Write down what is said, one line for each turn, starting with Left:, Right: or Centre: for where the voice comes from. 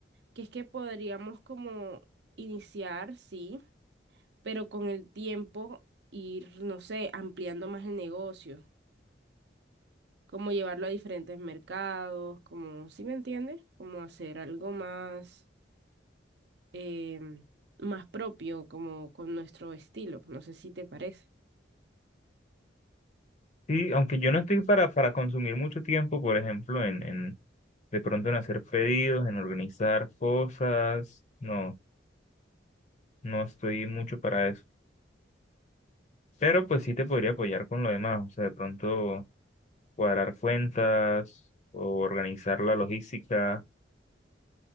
Right: que es que podríamos como iniciar, sí, pero con el tiempo ir, no sé, ampliando más el negocio, como llevarlo a diferentes mercados, como, ¿sí me entiendes? Como hacer algo más, em, más propio, como con nuestro estilo, no sé si te parece.
Left: Sí, aunque yo no estoy para, para consumir mucho tiempo, por ejemplo, en, en de pronto en hacer pedidos, en organizar cosas, no, no estoy mucho para eso. Pero pues sí te podría apoyar con lo demás, o sea, de pronto cuadrar cuentas o organizar la logística,